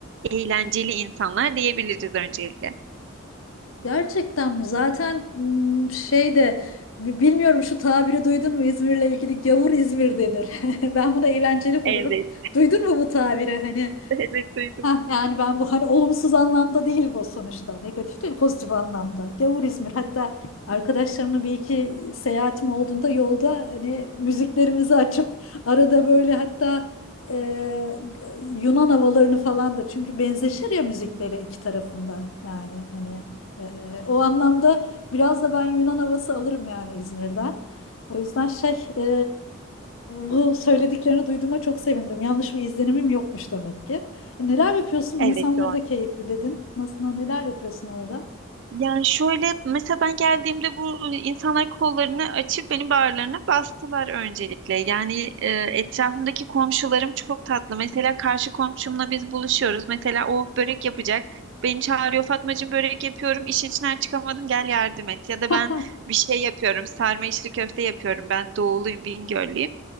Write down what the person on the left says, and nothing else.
Gerçekten mi? Zaten hmm, şey de bi- bilmiyorum şu tabiri duydun mu İzmir'le ilgili gavur İzmir denir. <laughs> Ben bunu eğlenceli bulurum.
Duydun mu bu tabiri? Hani
Ha, yani ben bu hani olumsuz anlamda değil bu sonuçta. Negatif değil, pozitif anlamda. Gavur İzmir. Hatta arkadaşlarımla bir iki seyahatim olduğunda yolda hani müziklerimizi açıp arada böyle hatta e, Yunan havalarını falan da çünkü benzeşir ya müzikleri iki tarafında. Yani hani e, o anlamda biraz da ben Yunan havası alırım yani İzmir'den. O yüzden şey e, bu söylediklerini duyduğuma çok sevindim. Yanlış bir izlenimim yokmuş demek ki. E, Neler yapıyorsun?
İnsanları
da keyifli dedin. Nasıl neler yapıyorsun orada?
<laughs>